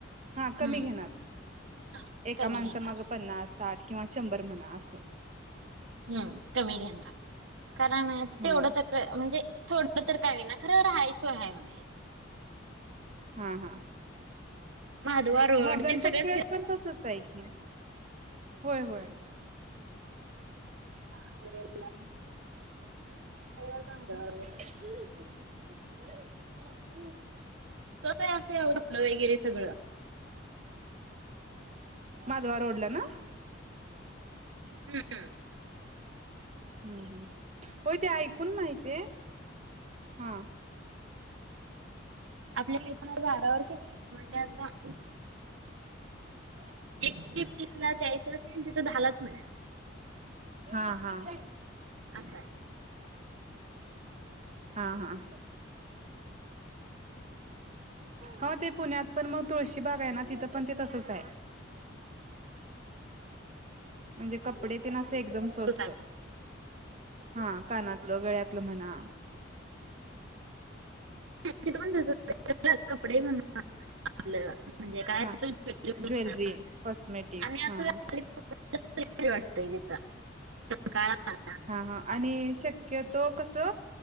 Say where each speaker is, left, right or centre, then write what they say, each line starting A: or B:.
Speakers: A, on the right; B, on the right.
A: हा. कमी
B: हम्म
A: घेणार.
B: हा
A: एका
B: कमी
A: माणसा
B: घेणार.
A: माग पन्नास. साठ किंवा शंभर म्हणा अस.
B: हम्म. कमी घेणार. कारण
A: हा
B: तेवढं तर- म्हणजे थोडं तर का होईना खरं राहाय सोय हाय म्हणायच.
A: हां. हां.
B: महादवा रोड
A: हा. गणपतीपुळ्याला
B: ते सगळंच
A: पण तसच आहे की. होय होय.
B: <inaudible>
A: <inaudible>
B: <unintelligible> आतलं वगैरे सगळं.
A: माधवा रोडला ना?
B: हम्म हम्म.
A: हम्. हम. होय ते ऐकून माहितीए. हा.
B: आपल्या <unintelligible> दारावर की नाही म्हणजे असा -
A: <inaudible>
B: एक क्लिप तीसला चाळीसला असली आणि तिथं दहालाच मिळेल
A: हा. हा.
B: असं आहे
A: हा. हा. हं. ते पुण्यात पण मग तुळशी बाग आहे ना? तिथं पण ते तसंच आहे. म्हणजे कपडे ते न असं एकदम स्वस्त.
B: सोसा
A: हा. कानातलं गळ्यातलं म्हणा-
B: तिथ पण <unintelligible> कपडे- आपलं म्हणजे काय
A: हा
B: असेल <unintelligible>
A: ज्वेलरी कॉस्मेटिक.
B: आणि असं
A: हां.
B: <unintelligible>
A: हा. हा. आणि शक्यतो कस?